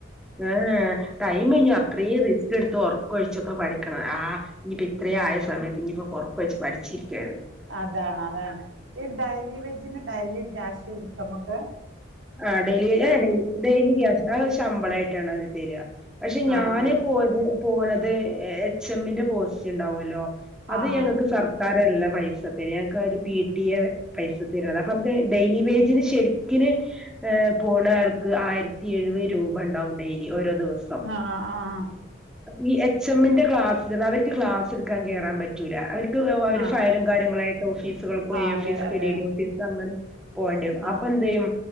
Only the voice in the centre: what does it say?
ഏഹ് ഏഹ് ടൈംമില്ലഞ്ഞു അത്രീം റിസ്ക്കെട്ത്ത് ഉറക്കൊഴിച്ചൊക്കെ പഠിക്കണം ആഹ്. ഇഞ്ഞിപ്പോ ഇത്ര ആയ സമയത്ത് ഇനിയിപ്പൊ ഒർക്കൊഴിച്ച് പഠിച്ചിരിക്കേ
ആഹ് ഡെ ഏഹ് ഡെയിലി ക്യാഷ് ആത് ശമ്പളായിട്ടാണ് അവര് തെരാ. പക്ഷെ ഞാന്
പോയത് പോണത് എച്ച് എമ്മിന്റെ പോസ്റ്റ് ഇണ്ടാവല്ലോ അത്
ഞങ്ങക്ക് സർ ക്കാരല്ല പൈസത്തരാ ഞങ്ങക്ക് ആ ഒരു പി ടി എ പൈസ തര്ണത് അപ്പൊ നമുക്ക് ഡെയ്ലി വേജിന് ശരിക്കിന് ഏഹ് പോണാൾക്ക് ആയിരത്തി എഴുവെ രൂപണ്ടാവും ഡെയ്ലി ഓരോ ദിവസം.
ഈ എച്ച് എമ്മിന്റെ ക്ലാസ്സില് അവർക്ക് ക്ലാസ്സെടുക്കാൻ കേറാൻ വേണ്ടി റ്റൂല അവര്ക്ക് അവര്
ഫയലും കാര്യങ്ങളായിട്ട് ഓഫീസുകൾക്കോയി
ഓഫീസ്
കെ ഡി ഡി ഓഫീസ് അങ്ങനെ പോവണ്ടേരും
അപ്പൊ എന്തെയ്യും